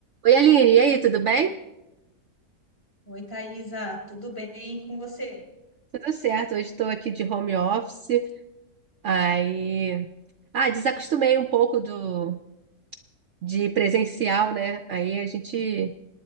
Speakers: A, on the right; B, on the left.
A: Oi, Aline, e aí, tudo bem?
B: Oi, Thaisa, tudo bem com você?
A: Tudo certo, hoje estou aqui de home office, aí... Ah, desacostumei um pouco do de presencial, né? Aí a gente